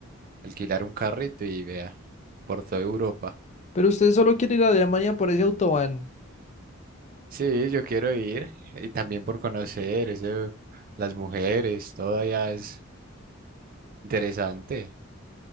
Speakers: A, on the right; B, on the left.
A: alquilar un carrito y vea, por toda Europa.
B: Pero usted solo quiere ir a Alemania por ese autobahn.
A: Sí, yo quiero ir y también por conocer eso, las mujeres, todo allá es interesante.